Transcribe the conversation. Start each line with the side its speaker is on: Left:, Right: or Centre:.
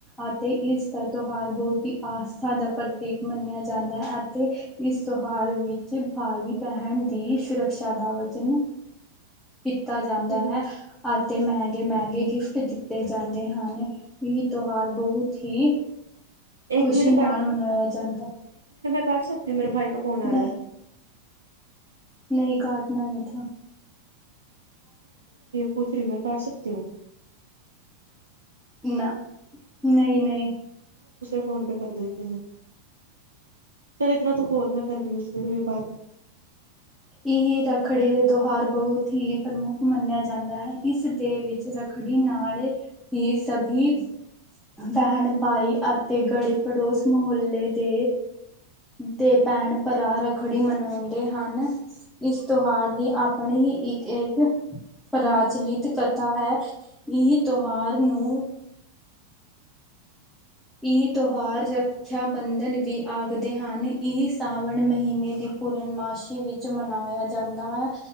Centre: ਅਤੇ ਇਸ ਦਾ ਤਿਉਹਾਰ ਬਹੁਤ ਹੀ ਆਸਥਾ ਦਾ ਪ੍ਰਤੀਕ ਮੰਨਿਆ ਜਾਂਦਾ ਹੈ ਅਤੇ ਇਸ ਤਿਉਹਾਰ ਵਿੱਚ ਭਾਈ ਬਹਿਣ ਦੀ ਸੁਰ ਚਾਦਾ ਵਚਨ ਕੀਤਾ ਜਾਂਦਾ
Right: ਹੂੰ
Centre: ਹੈ ਅਤੇ ਮਹਿੰਗੇ ਮਹਿੰਗੇ ਗਿਫਟ ਦਿੱਤੇ ਜਾਂਦੇ ਹਨ। ਹਨ। ਇ ਤਿਉਹਾਰ ਬਹੁਤ ਹੀ
Right: ਇੱਕ
Centre: ਖੁਸ਼ੀ
Right: ਮਿੰਟ
Centre: ਨਾਲ ਮਨਾਇਆ ਜਾਂਦਾ
Right: <unintelligible> ਸਕਦੇ ਹੋ ਮੇਰੇ ਭਾਈ ਫੋਨ ਆ
Centre: ਨਹੀਂ ਨਹੀਂ ਘਾਟ <inaudible>
Right: ਪੁੱਛ ਰਹੀ ਮੈਂ ਕਰ ਸਕਦੀ ਹ
Centre: ਨਾ ਨਹੀਂ ਨਹੀਂ
Right: ਫੋਨ ਪੇ ਕਰਦੇ ਤੇ ਪਚੱਲ ਇਤਨਾ ਤੂੰ ਬੋਲ ਮੈਂ ਕਰ ਬਾਤ
Centre: ਇਹ ਰੱਖੜੀ ਦਾ ਤਿਉਹਾਰ ਬਹੁਤ ਹੀ ਪ੍ਰਮੁੱਖ ਮੰਨਿਆ ਜਾਂਦਾ ਹੈ ਇਸ ਦੇ ਵਿੱਚ ਰੱਖੜੀ ਨਾਲ ਹੀ ਸਭੀ ਬਹਿਣ ਭਾਈ ਅਤੇ ਗੜੀ ਪੜੋਸ ਮੁਹੱਲੇ ਦੇ ਤੇ ਭੈਣ ਭਰਾ ਰੱਖ ਖੜੀ ਮਨਾਉਂਦੇ ਹਨ ਇਸ ਤਿਉਹਾਰ ਦੀ ਆਪਣੀ ਹੀ ਇੱਕ ਇੱਕ ਪ੍ਰਚਲਿਤ ਕਥਾ ਹੈ ਇਹ ਤਿਉਹਾਰ ਨੂੰ ਇਹ ਤਿਉਹਾਰ ਰੱਖਿਆ ਬੰਧਨ ਵੀ ਆਖਦੇ ਹਨ ਇਹ ਸਾਵਣ ਮਹੀਨੇ ਦੀ ਪੂਰਨਮਾਸ਼ੀ ਵਿੱਚ ਮਨਾਇਆ ਜਾਂਦਾ ਹੈ